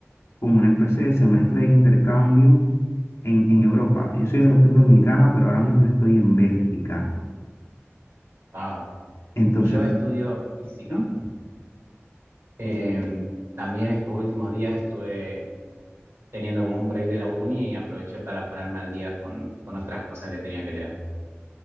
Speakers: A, on the left; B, on the right.
A: como una especie de semestre de intercambio en, en Europa. Yo soy de República Dominicana, pero ahora mismo estoy en Bélgica.
B: Wow.
A: Entonces,
B: Yo estudio física.
A: sí, o
B: Eh, también estos últimos días estuve teniendo como un break de la uni y aproveché para ponerme al día con, con otras cosas que tenía que leer,